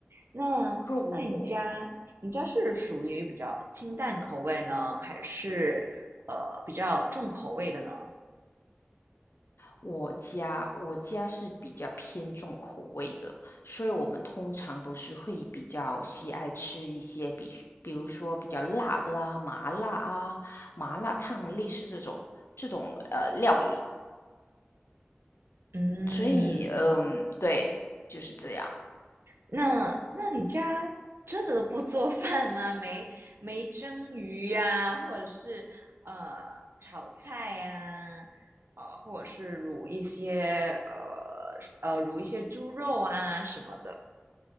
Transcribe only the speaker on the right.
那那你家你家是属于比较清淡口味呢，
还是呃比较重口味的呢？
嗯，
那那你家真的不做 <laughs> 饭吗？没没蒸鱼呀、啊或者是呃炒菜呀、呃，或者是卤一些呃呃卤一些猪肉啊什么的，